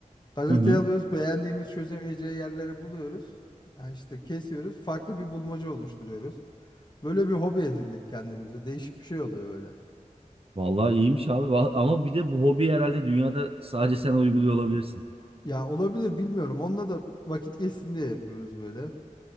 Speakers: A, on the left; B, on the right.
A: Gazeteyi
B: Hı hı.
A: alıyoruz, beğendiğimiz çözemeyeceği yerleri buluyoruz. Yani işte kesiyoruz, farklı bir bulmaca oluşturuyoruz. Böyle bir hobi edindik kendimize. Değişik bir şey oluyor böyle.
B: Vallahi iyiymiş abi. Va- Ama bir de bu hobi herhalde dünyada sadece sen uyguluyor olabilirsin.
A: Ya olabilir bilmiyorum. Onunla da vakit geçsin diye yapıyoruz böyle.